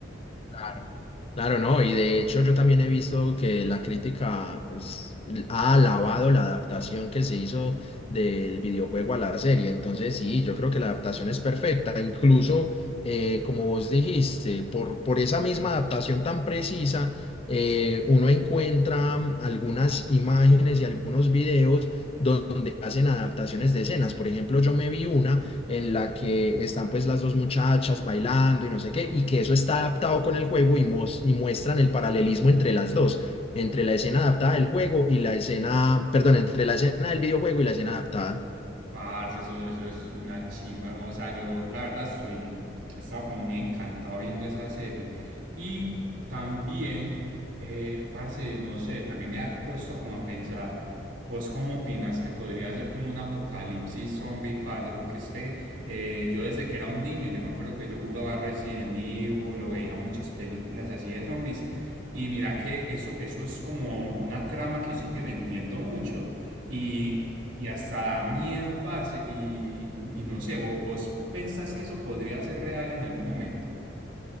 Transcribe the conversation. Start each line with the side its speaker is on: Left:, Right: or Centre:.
Left: Claro. Claro, no, y de hecho yo también he visto que la crítica es- ha alabado la adaptación que se hizo del videojuego a la serie, entonces sí, yo creo que la adaptación es perfecta, incluso eh, como vos dijiste, por, por esa misma adaptación tan precisa, eh, uno encuentra mm, algunas imágenes y algunos videos donde hacen adaptaciones de escenas, por ejemplo, yo me vi una en la que están pues las dos muchachas bailando y no sé qué, y que eso está adaptado con el juego y, mos- y muestran el paralelismo entre las dos, entre la escena adaptada del juego y la escena, perdón, entre la escena del videojuego y la escena adaptada.
Right: Parce, eso, eso es una chimba. O sea, yo la verdad soy, he estado como muy encantado viendo esa serie. Y también, eh, parce, no sé, también me ha puesto como a pensar, ¿vos cómo opinas que podría ser como un apocalipsis zombie, parce? Porque es que eh, yo desde que era un niño, yo me acuerdo que yo jugaba Resident Evil, lo veía muchas películas así de zombies. Y mira que eso, eso es como una trama que sigue vendiendo mucho. Y y hasta da miedo, parce, y, y no sé, vo- vos, pensás que eso podría ser real en algún momento?